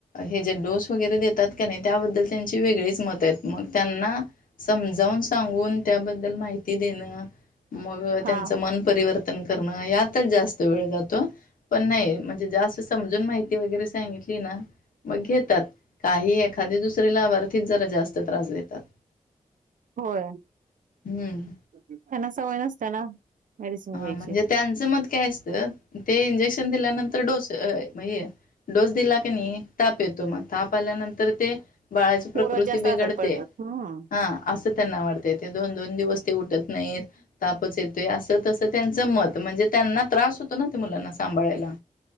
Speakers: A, on the left; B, on the right.
A: हे जे डोस वगैरे देतात. नाही त्याबद्दल त्यांची वेगळीच मत आहेत मग, त्यांना समजावून सांगून त्याबद्दल माहिती कती दे ना. मग त्यांच
B: हा
A: मन परिवर्तन करणं यात जास्त वेळ जातो पण नाही म्हणजे जास्त, समजून माहिती वगैरे सांगितले ना, पण घेतात काही खादीे दुसर लाभार्थीक जरा जास्त त्रास देतात.
B: होय
A: हम्म
B: त्यांना सवय नसते ना! मेडिसिन
A: हा
B: घ्यायची
A: म्हणजे त्यांचं मत काय असतं ते इंजेक्शन दिल्यानंतर डोस, अ म हे डोस दिला क नाही ताप येतो मग ताप आल्यानंतर ते बाळाची प्र
B: पोर
A: प्रकृती
B: जास्त
A: बिघडते
B: आजारी पडतात हम्म
A: हा असं त्यांना वाटते ते दोन दोन दिवस ते उठत नाही. तापच येतोय अस तसं, त्यांच मत म्हणजे त्यांना त्रास होतो ना ते मुलांना सांभाळायला